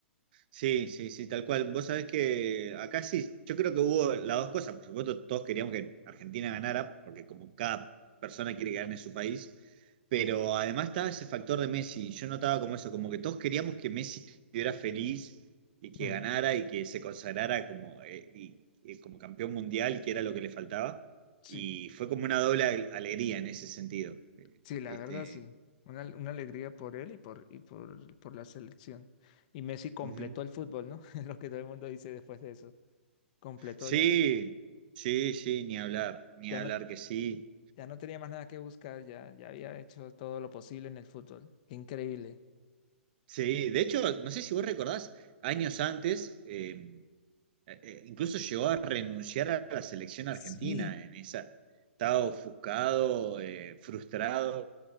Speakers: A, on the right; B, on the left.
A: Sí, sí, sí, tal cual. Vos sabés que acá sí, yo creo que hubo las dos cosas. Por supuesto, todos queríamos que Argentina ganara, porque como cada persona quiere que gane su país, pero además estaba ese factor de Messi. Yo notaba como eso, como que todos queríamos que Messi estuviera feliz y que
B: Mm.
A: ganara y que se consagrara como, eh, y- y como campeón mundial, que era lo que le faltaba. Y
B: Sí,
A: fue como una doble ale- alegría en ese sentido. Eh,
B: sí, la
A: Este,
B: verdad sí. Una, una alegría por él y por, y por, por la selección. Y Messi completó
A: ujú.
B: el fútbol, ¿no? <laughs> Es lo que todo el mundo dice después de eso. completó
A: Sí,
B: ya.
A: sí, sí, ni hablar, ni
B: Ya
A: hablar
B: no,
A: que sí.
B: ya no tenía más nada que buscar, ya, ya había hecho todo lo posible en el fútbol. Qué increíble.
A: Sí, de hecho, no sé si vos recordás, años antes, eh, eh, eh, incluso llegó a renunciar a la selección argentina
B: Sí.
A: en esa. Estaba ofuscado, eh, frustrado.